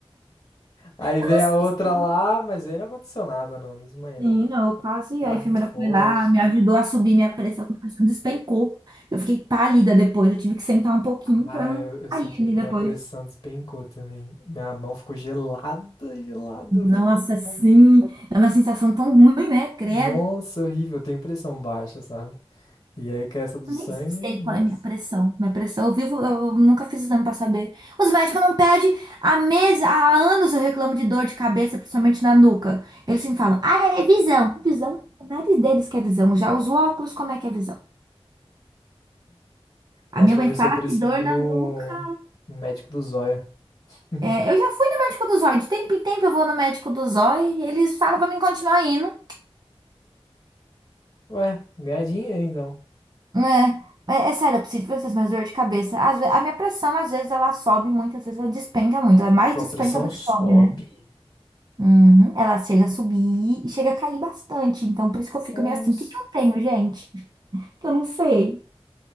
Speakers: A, on the left (about 40°); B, on the right (about 40°).
A: Aí veio
B: eu não sei
A: a outra lá, mas aí não aconteceu nada, não. Não desmaiei, não.
B: Sim, não, quase.
A: Cara
B: A enfermeira
A: muito forte.
B: foi lá, me ajudou a subir minha pressão, minha pressão despencou. Eu fiquei pálida depois, eu tive que sentar um pouquinho
A: Ah,
B: para não
A: eu, eu
B: cair
A: senti
B: ali
A: que
B: depois.
A: minha pressão despencou também. Minha mão ficou gelada, gelada. Eu
B: Nossa,
A: fiquei
B: sim,
A: mole.
B: é uma sensação tão ruim, né? Credo.
A: Nossa, horrível. Eu tenho pressão baixa, sabe? E aí com essa do
B: Eu
A: sangue,
B: nem sei
A: nossa.
B: qual é a minha pressão. Minha pressão, eu vivo, eu nunca fiz exame para saber. Os médicos não pedem. Há meses, há anos eu reclamo de dor de cabeça, principalmente na nuca. Eles sempre falam, ah, é visão. Visão, o nariz deles que é visão. Já os óculos, como é que é visão? A
A: Nossa,
B: minha
A: falando
B: mãe fala
A: isso, eu preciso
B: que dor
A: ir
B: na
A: no,
B: nuca.
A: no médico do zóio. <laughs>
B: É, eu já fui no médico do zóio. De tempo em tempo eu vou no médico do zóio. e Eles falam pra mim continuar indo.
A: Ué, ganhar dinheiro então.
B: né? É, é sério, eu preciso de vocês, mas dor de cabeça. Às ve- a minha pressão, às vezes, ela sobe muito, às vezes ela despenca muito. Ela é mais
A: Sua
B: despenca
A: pressão
B: do
A: sobe?
B: que sobe, né? Uhum. Ela chega a subir e chega a cair bastante. Então, por isso que eu fico
A: Nossa.
B: meio assim, o que que eu tenho, gente? Eu não sei.